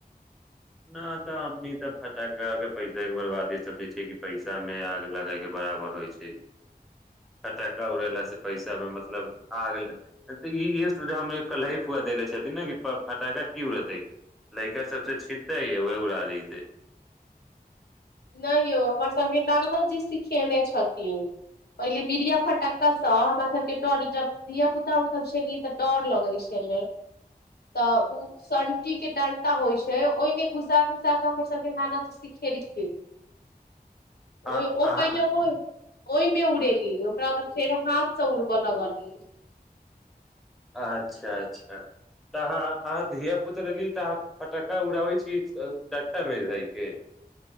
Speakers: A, in the centre; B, on the left.
A: न तऽ अमनी तऽ फटा के पैसा के बर्बादी सब छै कि पैसा मे आग लगे के बराबर होइ छै फटा उड़ेलास से पैसा मे मतलब आ गेले तऽ इहे सुझा कलही फुआ देेले छथिन ने कि फटाका की उ रहतै लड़का सबस ठीक उड़ाबै छै
B: नहि यौ हमर सबके दाजी सिखेने छथि पहिले बीरिया फटक्काँ हमर सबके डर जब धिय पुता हमसभ छलेली तऽ डर लगै छलै तऽ ओ कुटी के डंता होइ छै ओहिमें घुसा घुसा के हमर सभ के नाना जस्ती खेलैत गेल
A: आ
B: ओहि ओ
A: अहाँ
B: पहिल होइ ओहिमे उड़ेली ओकरा बाद फेर हाथसँ उड़बय लगली
A: अच्छा अच्छा तऽह अहाँ धिय पुता अली तऽ अहाँ फटक्का उड़ाबै छी डंटा मे भयके